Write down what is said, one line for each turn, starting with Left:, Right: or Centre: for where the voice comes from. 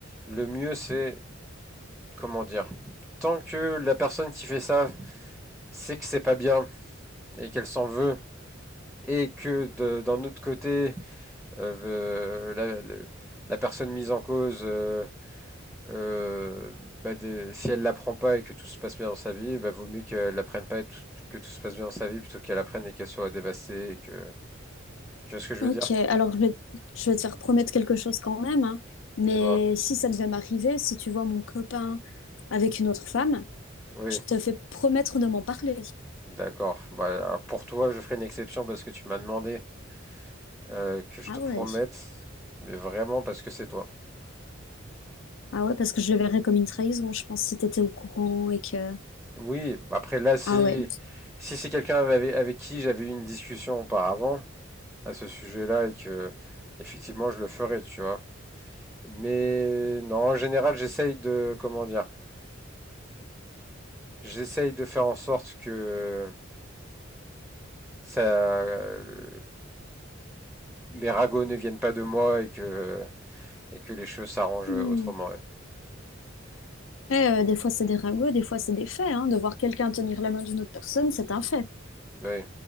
Centre: le mieux, c'est comment dire. Tant que la personne qui fait ça sait que c'est pas bien et qu'elle s'en veut et que de- d'un autre côté, euh, la, la- la personne mise en cause, euh, euh, bah, des- si elle l'apprend pas et que tout se passe bien dans sa vie, bah, vaut mieux qu'elle l'apprenne pas et tout- que tout se passe bien dans sa vie plutôt qu'elle apprenne et qu'elle soit dévastée. Et que... Tu vois ce que je
Left: Ok.
Centre: veux dire?
Left: Alors, je vais, je vais te faire promettre quelque chose quand même, hein. Mais
Centre: Dis-moi.
Left: si ça devait m'arriver, si tu vois mon copain avec une autre femme,
Centre: Oui,
Left: je te fais promettre de m'en parler.
Centre: d'accord. Bah, alors, pour toi, je ferai une exception parce que tu m'as demandé euh, que je
Left: Ah
Centre: te promette,
Left: ouais.
Centre: mais vraiment parce que c'est toi.
Left: Ah ouais, parce que je le verrais comme une trahison, je pense, si t'étais au courant et que...
Centre: Oui, après là, si,
Left: Ah ouais.
Centre: si c'est quelqu'un avec, avec qui j'avais eu une discussion auparavant, à ce sujet-là et que effectivement je le ferai, tu vois. Mais non, en général, j'essaye de comment dire, j'essaye de faire en sorte que ça, euh, les ragots ne viennent pas de moi et que et que les choses s'arrangent
Left: Hmm.
Centre: autrement. ouais.
Left: Après, euh, des fois, c'est des ragots, des fois, c'est des faits. Hein. De voir quelqu'un tenir la main d'une autre personne, c'est un fait.
Centre: Oui,